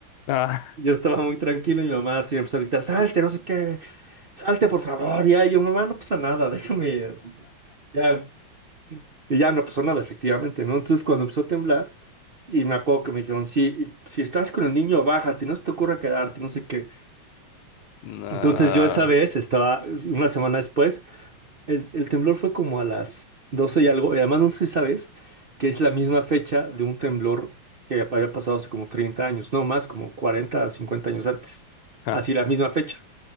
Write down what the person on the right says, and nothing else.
Yo estaba muy tranquilo y mi mamá así me empezó a gritar, salte, no sé qué, salte por favor, ya. Y yo, mamá, no pasa nada, déjame, ya. Y ya no pasó nada, efectivamente, ¿no? Entonces, cuando empezó a temblar, y me acuerdo que me dijeron, si, si estás con el niño, bájate, no se te ocurra quedarte, no sé qué.
Entonces, yo esa vez estaba, una semana después, El, el temblor fue como a las 12 y algo, y además no sé si sabes que es la misma fecha de un temblor que había pasado hace como 30 años, no más, como 40 a 50 años antes.
Así la misma fecha,